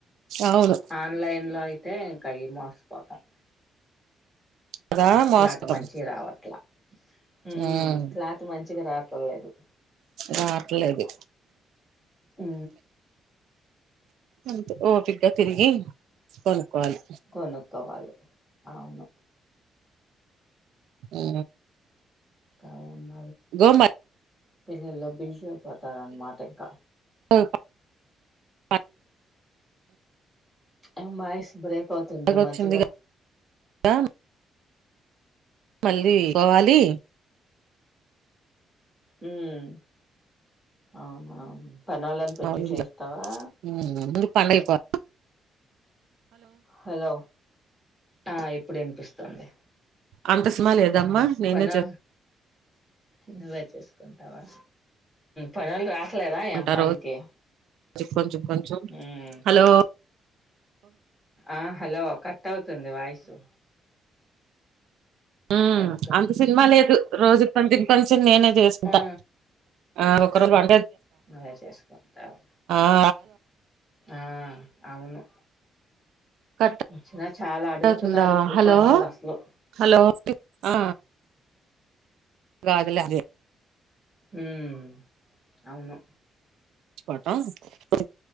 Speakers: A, on the right (about 85°); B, in the centre.
A: అవును
B: ఆన్లైన్ లో అయితే ఇంకా ఈ మోసపోతాం
A: కదా మోస్తాం
B: క్లాత్ మంచిగా రావట్లా ఉ
A: ఉమ్,
B: క్లాత్ మంచిగా రావట్లేదు
A: రావట్లేదు
B: ఉ
A: అంత ఓపిగా తిరిగి కొనుకోవాలి
B: కొనుక్కోవాలి అవును
A: ఉ
B: అవును
A: గో మరి
B: ఇళ్ళల్లో బిగుసుకుపోతరనమాట ఇంకా
A: <unintelligible>
B: డి వాయిస్ బ్రేక్ అవుతు
A: పండగ
B: ఉంది
A: వచ్చింది
B: మధ్యలో
A: కదా మళ్ళీ పోవాలి
B: ఉమ్ అవునా పనోలను పెట్టి
A: మా ఊరు.
B: చేయిస్తావా
A: ఉమ్, ముందు పండగ అయ్యి
B: హలో ఆ ఇప్పుడినిపిస్తుంది
A: అంత సినిమా లేదమ్మా
B: ఉ
A: నేనే
B: పనా నువ్వే చేసుకుంటావా పనోలు రా వట్లేదా
A: చేసుకుంటా
B: ఏం పనికి
A: రోజు కొంచెం కొంచెం కొంచెం
B: ఉమ్
A: హాలో
B: ఆ హాలో కట్ అవుతుంది వాయిసు
A: ఉ
B: ఎందుకని
A: అంత సినిమా లేదు రోజు కొంచెం కొంచెం నేనే చేసుకుంటా
B: ఆ
A: ఆ ఒక్కరూ వం
B: నువ్వే చేసుకుంటావు
A: ఆ
B: ఆ అవును
A: కట్
B: వచ్చిన చాలా అడుగుతున్నారు
A: అవుతుందా
B: ఇప్పుడు
A: హలో
B: పనోళ్ళసలు
A: హలో ఆ లాగులాగ
B: హుం అవును
A: ఇచ్చుకుంటాం కో